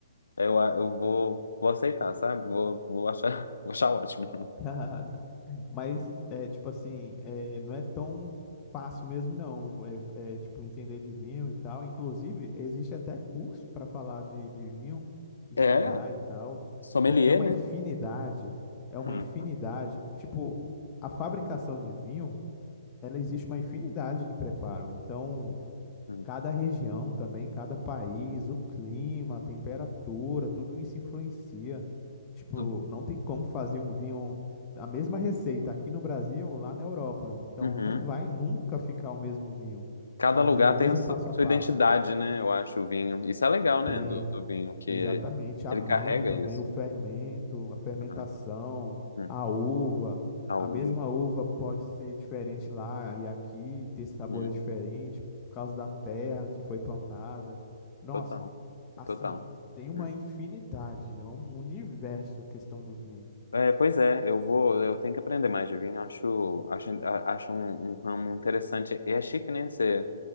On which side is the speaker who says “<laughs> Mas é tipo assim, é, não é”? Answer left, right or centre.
Left